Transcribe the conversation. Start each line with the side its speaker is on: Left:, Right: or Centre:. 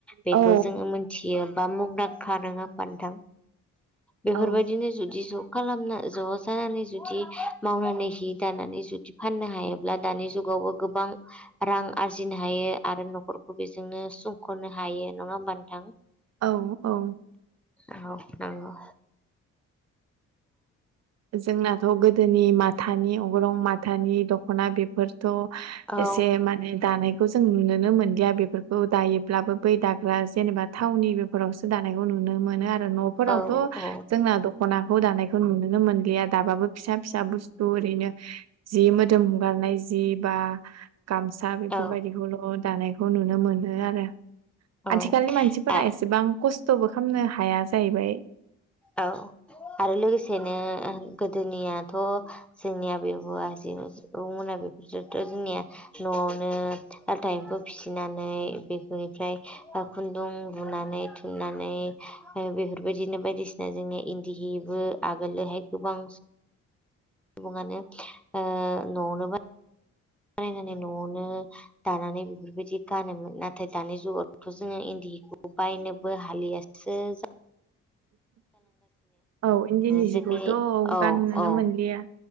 Centre: बेखौ
Right: औ
Centre: जोंङो मोनथियो बा मुंदांखा नङा होमबा नोंथां बेफोरबायदिनो
Right: औ
Centre: जुदि ज खालामना ज' जानानै जुदि मावनानै हि दानानै जुदि फाननो हायोब्ला दानि जुगावबो गोबां रां आरजिनो हायो आरो न'खरखौ बेजोंनो सुंख'नो हायो नङा होमबा नोंथां
Right: औ औ
Centre: औ नोंगौ
Right: जोंनाथ' गोदोनि माथानि अग्रं माथानि दख'ना बे फोरथ'
Centre: औ
Right: एसे माने दानाय खौ जों नुनोनो मोनलिया बेफोरखौ दायोब्लाबो बै दाग्रा जेनेबा थावनि बे फोरावसो दानायखौ नुनो मोनो आरो न'फोरावथ'
Centre: औ औ
Right: जोंना दख'नाखौ दानायखौ नुनो नो मोनलिया दाबाबो फिसा फिसा बुस्थु ओरैनो जि मोदोम हुगारनाय जि बा गामसा बेफोरबायदिखौल'
Centre: औ
Right: दानायखौ नुनो मोनो आरो
Centre: औ
Right: आथिखालनि मानसिफोरा
Centre: आ
Right: एसेबां खस्थ'बो खामनो हाया जाहैबाय‌।
Centre: औ आरो लोगोसेनो गोदोनियाथ' जोंनि आबै आबौ आजै आजौ मोना बेफोरजोंथ' जोंनिया न'आवनो लाथा एम्फौ फिसिनानै बेफोरनिफ्राय ओ खुन्दुं लुनानै थुननानै ओ बेफोरबायदिनो बायदिसि दा जोंनि इन्दिहिबो आगोलोहाय गोबां <unintelligible> ओ न'ङावनो बा बानायनानै न'आवनो दानानै बेफोरबायदि गानोमोन नाथाय दानि जुगावथ' जोङो इन्दिहिखौ बायनोबो हालिया <unintelligible>
Right: <inaudible> औ इन्दिनि
Centre: जोंनि
Right: जिखौथ'
Centre: औ
Right: गाननोनो
Centre: औ
Right: मोनलिया